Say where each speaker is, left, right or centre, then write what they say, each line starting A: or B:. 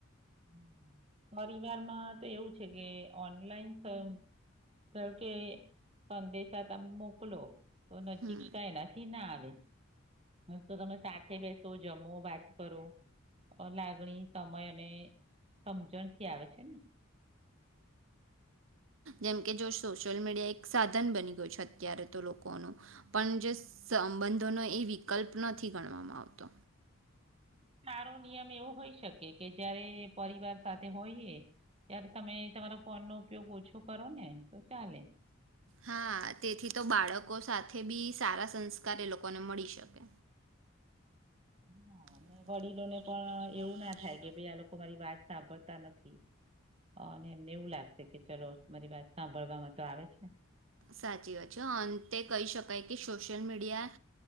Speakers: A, on the right; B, on the right.
A: હમ્મ પરિવારમાં તો એવું છે કે ઓનલાઈન કે ઘારોકે સંદેશા તમે મોકલો તો નજીકતા
B: હમ્મ.
A: એનાથી ના આવે, હાતો તમે સાથે બેસો જમો વાત કરો લા લાગણી સમય અને સમજણથી આવે છે ને.
B: જેમકે જો સોશિયલ મીડિયા એક સાધન બની ગયું છે અત્યારે તો લોકો ન પણ જે સંબંધો ન એ વિકલ્પ નથી ગણવામાં આવતો
A: સારો નિયમ એવો હોઈ શકે કે જયારે પરિવાર સાથે હોઈએ ત્યારે તમે તમારા ફોન નો ઉપયોગ ઓછો કરો ને તો ચાલે
B: હા તેથી તો બાળકો સાથે બી સારા સંસ્કાર એ લોકોને મળી શકે.
A: <unintelligible>
B: હમ
A: પણ એવું ના થાય કે ભાઈ આ લોકો મારી વાત સાંભળતા નથી અને એમને એવું લાગશે કે ચલો મારી વાત સાંભળવામાં તો આવે છે
B: સાચી વાત છે તે કહી શકાય કે સોશિયલ મીડિયા